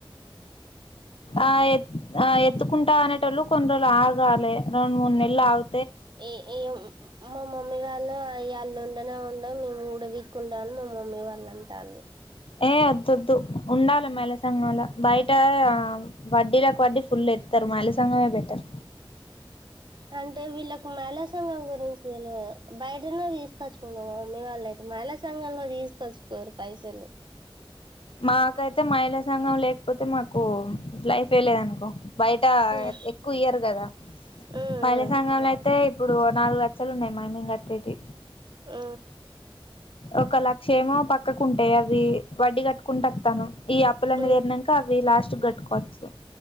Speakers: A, on the left; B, on the right.
A: ఆ ఎత్ ఆ ఎత్తుకుంటా అనేటోళ్ళు కొన్నిరోళ్ళు ఆగాలి రెం మూడు నెల్లు ఆగు
B: ఏయేఎం మా మమ్మీ వాళ్ళ అయ్ ఆల్లో ఉండనే ఉండం మేం ఊడ వీక్ కుండాళ్ళు మమ్మీ వాళ్ళని టాల్లు
A: ఏ అద్దొద్దు ఉండాలి మహిళాసంఘంలా బయట వడ్డీలకు వడ్డీ ఫుల్ ఏత్తారు మైళ సంఘమే బెటర్
B: అంటే వీళ్ళకి మహిళా సంఘం గురించి తెల్వదు బయటనే తీసుకొచ్చుకుంటా మా మమ్మీ వాళ్ళు అయితే మహిళా సంఘంలో తీసుకొచ్చుకోరు పైసలు
A: మాకైతే మహిళా సంఘం లేకపోతే మాకు లైఫ్ ఏ లే అనుకో బయట
B: మ్మ్
A: ఎక్కువ ఇయ్యరు కదా
B: మ్మ్
A: మహిళా సంఘంలో అయితే ఇప్పుడు నాలుగు ల సలు ఉండయి మైనింగ్ కట్టేటి
B: ఊ
A: ఒక లక్ష ఏమో పక్కకుంటాయి అవి వడ్డీ కట్టుకుంటత్తాను ఈ అప్పులన్నీ
B: మ్మ్
A: తీరినంక అవి లాస్ట్ గట్టుకోవచ్చు